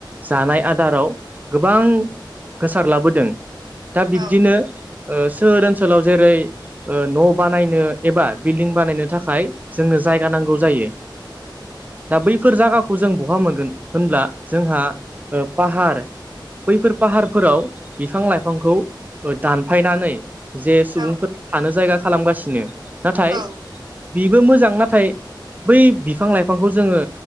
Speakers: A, on the right; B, on the right.
A: जानाय आदाराव गोबां गोसारलाबोदों दा बिब्दिनो
B: औ
A: सोहोर ओनसोलाव जेरै ओ न' बानायनो एबा बिल्डिं बानायनो थाखाय जोंनो जायगा नांगौ जायो दा बैफोर जागाखौ जों बहा मोनगोन होनब्ला जोंहा पाहार बैफोर फाहारफोराव बिफां लाइफांखौ दानफायनानै जे सुबुंफोरा
B: औ
A: थानो जायगा खालामगासिनो नाथाय
B: औ
A: बेबो मोजां नाथाय बै बिफां लाइफां खौ जोङो